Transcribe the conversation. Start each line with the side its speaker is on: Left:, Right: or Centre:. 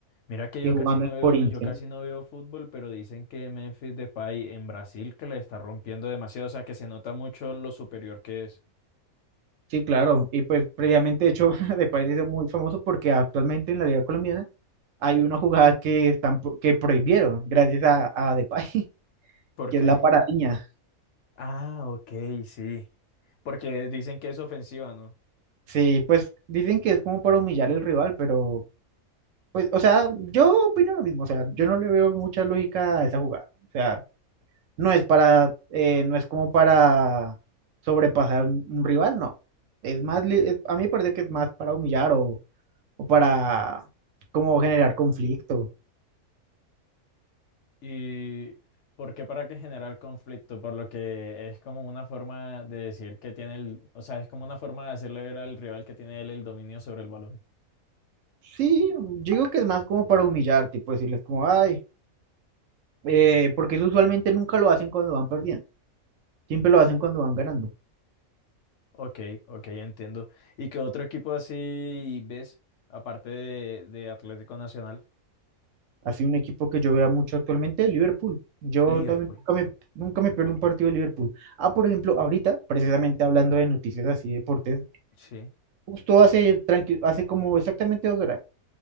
Left: Mira que
Right: y
Left: yo
Right: jugando
Left: casi no
Right: en
Left: veo,
Right: Corinthians.
Left: yo casi no veo fútbol, pero dicen que Memphis Depay en Brasil que le está rompiendo demasiado, o sea que se nota mucho lo superior que es.
Right: Sí, claro. Y pues previamente, de hecho, <laughs> Depay se hizo muy famoso porque actualmente en la Liga Colombiana hay una jugada que, están, pro- que prohibieron gracias a, a Depay, <laughs>
Left: Porque,
Right: que es la paradiña.
Left: <laughs> ah, ok, sí. Porque dicen que es ofensiva, ¿no?
Right: Sí, pues dicen que es como para humillar al rival, pero pues, o sea, yo opino lo mismo. O sea, yo no le veo mucha lógica a esa jugada. O sea, No es para, eh, no es como para sobrepasar un, un rival, no. Es más, li- es- a mí me parece que es más para humillar o, o para como generar conflicto.
Left: Y porque para que generar conflicto, por lo que es como una forma de decir que tiene el, o sea, es como una forma de hacerle ver al rival que tiene él el dominio sobre el balón.
Right: Sí, yo digo que es más como para humillar, tipo decirles como, ay, eh, porque eso usualmente nunca lo hacen cuando van perdiendo, siempre lo hacen cuando van ganando.
Left: Ok, ok, entiendo. ¿Y qué otro equipo así ves, aparte de, de Atlético Nacional?
Right: Así un equipo que yo veo mucho actualmente, Liverpool. Yo
Left: Liverpool,
Right: también nunca me, nunca me pierdo un partido de Liverpool. Ah, por ejemplo, ahorita, precisamente hablando de noticias así, de deportes,
Left: sí,
Right: Justo hace, tranqui- hace como exactamente dos horas